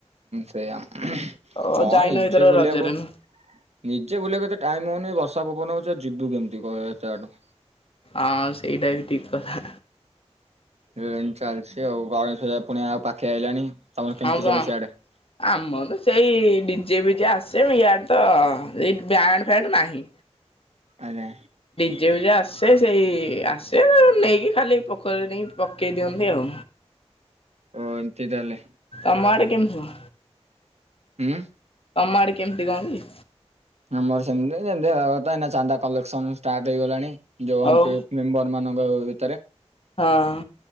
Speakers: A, on the right (about 70°); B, on the left (about 55°).
A: ସେୟା। ହଁ
B: ଓ ଯାଇନ
A: ନିଜେ
B: ଏଥର
A: ବୁଲିବାକୁ
B: ରଜରେ ନା
A: ନିଜେ ବୁଲିବାକୁତ ଟାଇମ ହୋଉନି ବ ବର୍ଷା ପବନ ହୋଉଚି ଆଉ ଯିବୁ କେମିତି କ ଏତେ ବାଟୁ।
B: ଆଉ ସେଇଟା ବି ଠିକ୍ କଥା।
A: ଏମିତି ଚାଲିଚି ଆଉ ଗଣେଶ ପୂଜା ପୁଣି ଆଉ ପାଖେଇ ଆଇଲାଣି। ତମର
B: ହଁ
A: କେମିତି
B: ବା
A: ସବୁ ସିଆଡେ?
B: ଆମର ତ ସେଇ ଡିଜେ ବିଜେ ଆ ସେଇଆଡ ତ ଏଇ ବ୍ୟାଣ୍ଡ ଫ୍ଯାଣ୍ଡ ନାହିଁ।
A: ଆଜ୍ଞା।
B: ଯେବେ ଯୋଉ ଆସେ ସେଇ ଆସେ ନେଇକି ଖାଲି ପୋଖରୀ ନେଇକି ପକେଇ ଦିଅନ୍ତି ଆଉ।
A: ଓ ଏମିତି ତାହେଲେ।
B: ତମ ଆଡ଼େ କେମିତିି ହୁ
A: ଉଁ
B: ତମା ଆଡ଼େ କେମିତି କଣ କି?
A: ଆମର ସେମତି ଯେମିତି ହେବା କଥା ଏ ଚାନ୍ଦା କଲେକ୍ସନ ଷ୍ଟାର୍ଟ ହେଇଗଲାଣି। ଯୋଉ ଆମ
B: ଆଉ
A: ପେ ମେମ୍ବର ମାନ <unintelligible> ଭିତରେ
B: ହଁ।